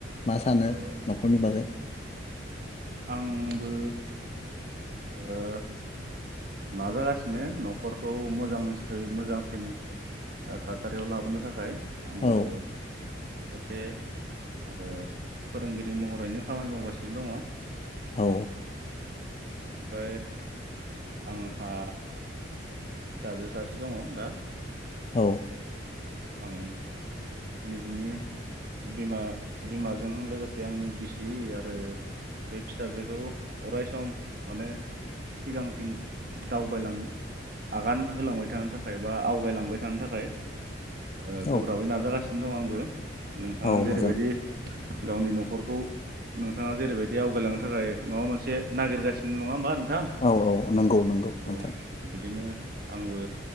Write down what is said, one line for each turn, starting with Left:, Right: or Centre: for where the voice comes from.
Left: मा सानो
Right: ओ
Left: न'खरनि बागै
Right: आंबो ओ मा जागासि नो न'खरखौ मोजां <unintelligible> मोजांसिन ओ थासारियाव लाबोनो थाखाय आंबो
Left: औ
Right: सासे ओ फोरोंगिरि महरैनो खामानि मावगासिनो दङ।
Left: औ।
Right: ओमफ्राय आंहा फिसाजो सासे दङ दा।
Left: औ।
Right: औ आं। निजिनि बिमा बिमाजों लोगोसे आंनि बिसि आरो बे फिसाजोखौ अराय सम माने सिगांथिं दावबायलां आगान होलांबाय थानो थाखाय बा आवगायलांबाय थानो थाखाय ओ
Left: औ
Right: गोब्राबै नाजागासिनो। दं आंबो। नोंथाङा
Left: औ
Right: जेरैबायदि
Left: मोजां
Right: गावनि न'खरखौ नोंथाङा जेरैबायदि आवगायलांनो थाखाय माबा मोनसे नागिरगासिनो नङा होमबा? नोंथां
Left: औ औ नंगौ नंगौ नोंथां।
Right: औ बिदिनो आंबो